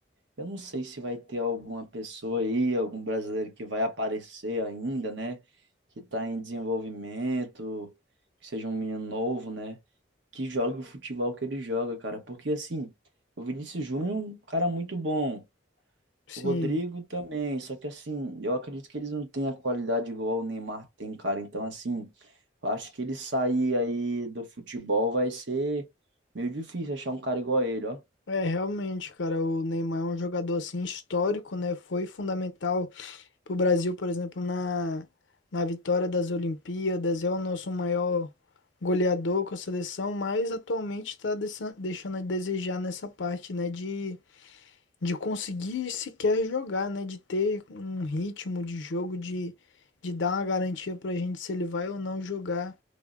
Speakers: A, on the right (about 75°); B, on the left (about 80°).
A: eu não sei se vai ter alguma pessoa aí, algum brasileiro que vai aparecer ainda, né? Que tá em desenvolvimento, que seja um menino novo, né? que jogue o futebol que ele joga, cara. Porque assim, o Vinícius Júnior é um cara muito bom.
B: Sim,
A: O Rodrigo também, só que assim, eu acredito que eles não têm a qualidade igual o Neymar tem, cara. Então, assim, eu acho que ele sair aí do futebol vai ser meio difícil achar um cara igual a ele, ó.
B: é realmente, cara, o Neymar é um jogador assim histórico, né? Foi fundamental pro Brasil, por exemplo, na, na vitória das Olimpíadas, é o nosso maior goleador com a seleção, mas atualmente está deixando a desejar nessa parte, né, de, de conseguir sequer jogar, né, de ter um ritmo de jogo, de, de dar uma garantia para a gente se ele vai ou não jogar